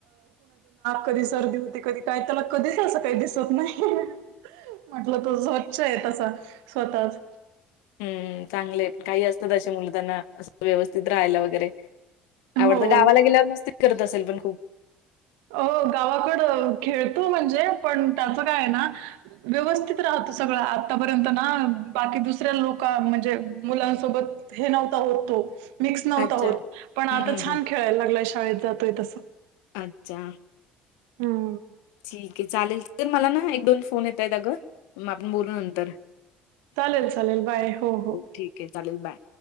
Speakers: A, on the right (about 85°); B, on the left (about 85°).
A: कधी स क का त्याला कधीच अस काही दिसत नाही म्हटलं त उच् येत असा स्वतःच
B: हम्म चांगले काही असतात अे मुलतांना अस व्यवस्थित राहायला वगैरे आवडतं
A: हो
B: गावाला गेल्यावर मस्तीत करत असेल पण खूप
A: अ गावाकड खेळतो म्हणजे पण त्याचं काय आहे ना व्यवस्थित राहतो सगळं आतापर्यंत ना बाकी दुसऱ्या लोक म्हणजे मुलांसोबत हे नव्हता होत तो मिक्स नव्हता
B: अच्छा.
A: होत पण आता
B: हं, हं,
A: छान
B: हं.
A: खेळायला लागलाय शाळेत जातोय तसं.
B: अच्छा.
A: हम
B: ठीक आहे चालेल तर मला ना एक दोन फोन येत आहेत अगं आपण बोलू नंतर.
A: चालेल चालेल बाय हो हो.
B: ठीक आहे चालेल बाय.